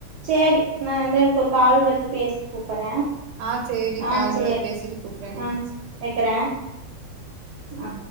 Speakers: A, on the right; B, on the right.
A: சேரி நா வந்து எனக்கு ஒரு கால் வருது பேசிட்டு கூப் பற
B: ஆ சேரி
A: ஆ
B: கால்
A: சேர்
B: வருது பேசிட்டு கூப்டு எனக்கு
A: ஆ வெக்கற ஆ